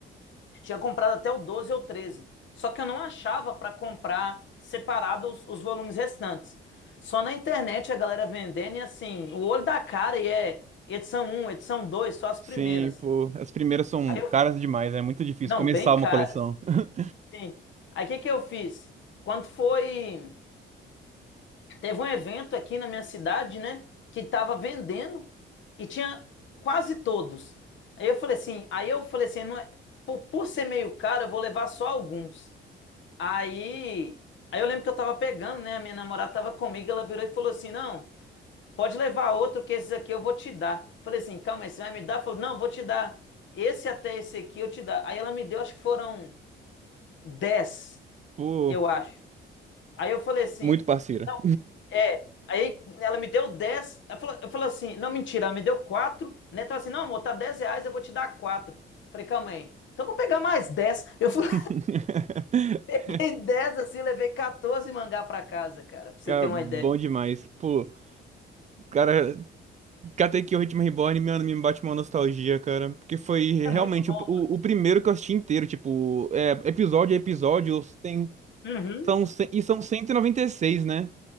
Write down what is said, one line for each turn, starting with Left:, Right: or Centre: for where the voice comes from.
Left: tinha comprado até o 12 ou 13, só que eu não achava pra comprar separado os, os volumes restantes. Só na internet a galera vendendo e assim, o olho da cara e é edição um, edição 2, só as
Right: Sim,
Left: primeiras.
Right: pô. As primeiras são
Left: Aí eu,
Right: caras demais, é muito difícil
Left: não,
Right: começar
Left: bem caras.
Right: uma coleção. <laughs>
Left: Sim. Aí o que que eu fiz? Quando foi, teve um evento aqui na minha cidade, né, que tava vendendo e tinha quase todos. Aí eu falei assim, aí eu falei assim, não é, por, por ser meio caro, eu vou levar só alguns. Aí, aí eu lembro que eu tava pegando, né, a minha namorada tava comigo, ela virou e falou assim: "Não, pode levar outro que esses aqui eu vou te dar". Falei assim: "Calma, aí, você vai me dar?". Falou: "Não, vou te dar. Esse até esse aqui eu te dar". Aí ela me deu, acho que foram 10
Right: Pô,
Left: eu acho. Aí eu falei assim,
Right: muito parceira.
Left: é. Aí ela me deu 10. Eu falei, eu falei assim, não, mentira, ela me deu 4. Né? Então assim, não, amor, tá 10 reais, eu vou te dar 4. Falei, calma aí. Então eu vou pegar mais 10. Eu fui,
Right: <laughs>
Left: <laughs> peguei 10 assim, levei 14 mangá pra casa, cara, pra você
Right: Cara,
Left: ter uma
Right: bom
Left: ideia.
Right: demais. Pô, cara, Katekyo Hitman Reborn, mano, me bate uma nostalgia, cara. Porque foi
Left: É
Right: realmente
Left: muito bom,
Right: o, o, o primeiro que eu assisti inteiro. Tipo, é, episódio a episódio, tem,
Left: mano. Uhum.
Right: são, cem- e são 196, né?